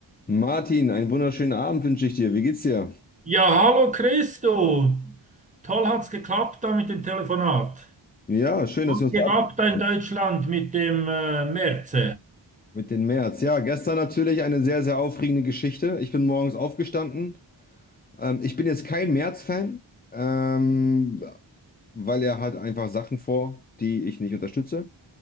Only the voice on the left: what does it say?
Martin, einen wunderschönen Abend wünsche ich dir. Wie geht's dir?
Ja, schön,
dass wir uns
verabreden
können
mit den März. Ja, gestern natürlich eine sehr, sehr aufregende Geschichte. Ich bin morgens aufgestanden. Ähm, ich bin jetzt kein März-Fan, ähm, weil er hat einfach Sachen vor, die ich nicht unterstütze